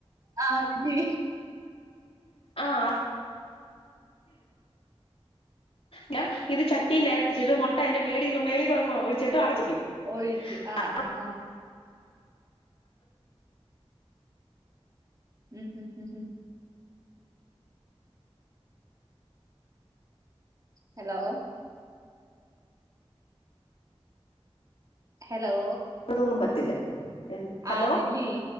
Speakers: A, on the right; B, on the left.
A: ആഹ് അതിന്
B: ആഹ് അ ഞാൻ ഇത് ചട്ടി നെറച്ചിട്ട് മൊട്ട അതിന്റെ മേടി മേളിക്കുടങ്ങൊഴിച്ചിട്ട് അടച്ചെക്കും
A: ഒഴിച്ച് ആ
B: അ
A: ആ ആ. ഉം ഉം ഉം ഉം ഹലോ ഹലോ
B: വടെതൊന്നും പറ്റില്ല ഹലോ
A: ആഹ്‌ ന്ന്ല്ലേ